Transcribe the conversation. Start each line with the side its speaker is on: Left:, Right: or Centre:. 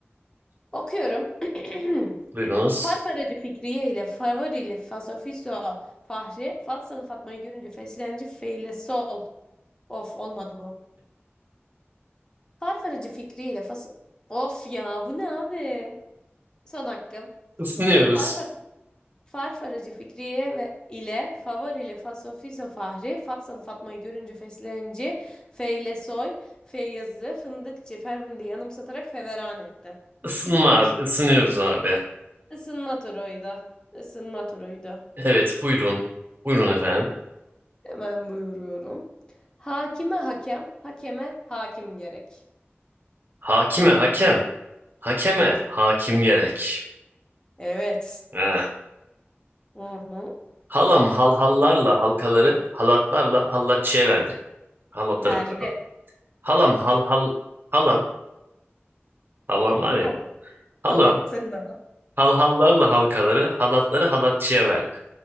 Left: Okuyorum. <clears throat>
Right: Buyurunuz.
Left: Farfaracı Fikriye ile Favorili Fasofiso Fahri Fatsalı Fatma'yı görünce feslenci feyle sol. Of olmadı bu. Farfaracı fikriyle fas... Of ya bu ne abi? Son hakkım.
Right: Isınıyoruz.
Left: Farfar Farfaracı Fikriye ve ile Favar ile Fasofiso Fahri Fatsalı Fatma'yı görünce feslenci Feylesoy Feyyazı Fındıkçı Ferhunde yanımsatarak feveran etti.
Right: Isınma
Left: Oy.
Right: abi. isınıyoruz abi.
Left: Isınma turuydu. Isınma turuydu.
Right: Evet buyurun. Buyurun efendim.
Left: Hemen buyuruyorum. Hakime hakem, hakeme hakim gerek.
Right: Hakime hakem. Hakeme hakim gerek.
Left: Evet.
Right: Eh.
Left: Hı hı.
Right: Halam halhallarla halkaları halatlarla hallatçıya verdi. Halatları
Left: Verdi.
Right: pardon. Halam hal hal halam halam var ya
Left: Tamam.
Right: bu. Halam
Left: Halat. Sen de al.
Right: halhallarla halkaları, halatları halatçıya verdi.